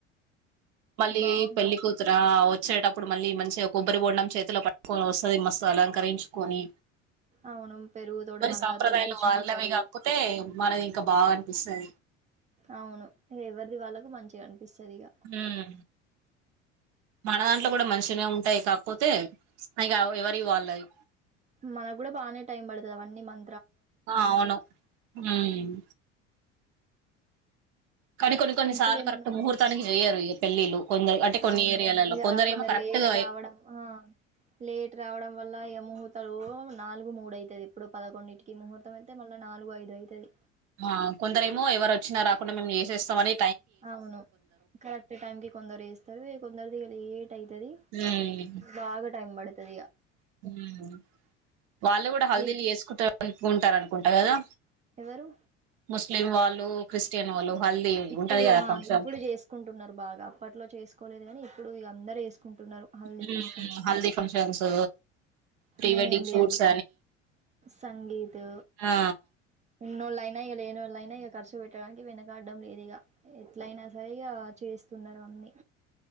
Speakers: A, on the right; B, on the right.
A: మళ్ళీ
B: బాగుంటాయి
A: పెళ్ళ కూతురా వ చేటప్పుడు మళ్ళీ మంచి ఒక కొబ్బరి బండనం చేతిలో పట్టుకొని వస్తుంది మస్త్ అలంకరించుకొని
B: అవును పెరుగుతోటి
A: ఎవరి
B: మళ్ళా
A: సాంప్రదాయాలు
B: తినిపించుకుంటారు
A: వాళ్ళవి కాకపోతే మనది ఇంకా బాగ్ విసా
B: అవును ఎవరిది వాళ్ళకు మంచిగా ఉ పిస్తాది ఇగ
A: ఉమ్ మన దాంట్లో కూడా మంచినే ఉంటాయి కాకపోతే అక ఎవరి వాళ్ళవి
B: మనకు కూడా బాగానే టైం పడుతుంది అవన్నీ మం
A: ఆ అవును హమ్ కానీ కొన్ని కొన్ని
B: ఇప్పుడేమన్నా
A: సార్లు కరెక్ట్ ముహూర్తానికి చేయ్యారు పెళ్ళిళ్లు కొందరు అంటే కొన్ని
B: అవును
A: ఏరియాలలో
B: ఇగ
A: కొందరు ఏమో కరెక్ట్గా
B: లేట్ రావడం ఆ లేట్ రావడం వల్ల ఇగ ముహూర్తాలు నాలుగు మూడు అయితది ఇప్పుడుదొండింటికి ముహూర్తం అయితే మళ్ళ నాలుగు ఐదు దే తది
A: ఆ కొందర ఏమో ఎవరు వచ్చినా రాకుండా మేము చేసేస్తామని
B: అవును కరెక్ట్ టైమ్ కి కొందరు చేస్తారు కొందరిది ఇగ లేట్ అయితది
A: ఉమ్
B: బాగా టైం పడుత్ త ఇగ
A: ఉమ్ వాళ్ళు కూడా హల్దిల్
B: ఈ
A: చేసుకుంటారు అనుకు టరనుకుంట కదా.
B: ఎవరు
A: ముస్లిం వాల్ లీ క్రిస్టియన్ వాళ్ళు హల్దీ
B: ఇప్పుడు
A: ఉంటది కదా
B: ఆ
A: ఫంక్షన్
B: ఇప్పుడు చేసుకుంటున్నారు బాగా అప్పట్లో చేస్ కోలేదు గాని ఇప్పుడు ఇగ అందరు ఏసుకుంటున్నారు, haldi
A: um
B: functions.
A: Haldi functions pre
B: mehndi
A: wedding షూట్స్
B: అని, సంగీత్.
A: ఆ
B: ఉన్నోళ్ళలయినా ఇగా లేఏోళ్ళలైనా ఇగా ఖర్చు పెట్టడానికి వెనకకా డం లేదీగా ఎట్లాయినా సరి ఇగా చేస్తున్నారు అన్ని